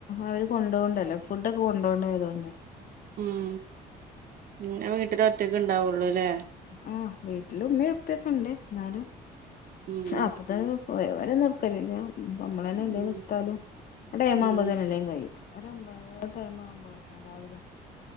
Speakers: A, on the left (about 55°); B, on the right (about 60°).
A: അവര് കൊണ്ട പോവണ്ടല്ലോ ഫുഡ് ഒക്കെ കൊണ്ടോണയതുകൊണ്ട്
B: ഉം നീയാവീട്ടില്
A: ഒരു
B: ഒറ്റക്ക് ഉണ്ടാവുള്ളൂ അല്ലേ
A: ആഹ് വീട്ടില് ഉമ്മയും ഉപ്പയൊക്കെ ഉണ്ട് എന്നാലും
B: ഉം
A: അപ്പത്ത പോയ പോല നടുക്കലില്ല നമ്മള തന്നെ
B: ഉം
A: എല്ലാ എടുത്താലും ഇവിട ഒൻപത്മാമ്പ
B: ഉം
A: തന്നെ എല്ലാം കഴിയും ഒരു ഒമ്പത് ഒമ്പതര ടൈം ആവുമ്പോളൊക്കെ രാവിലെ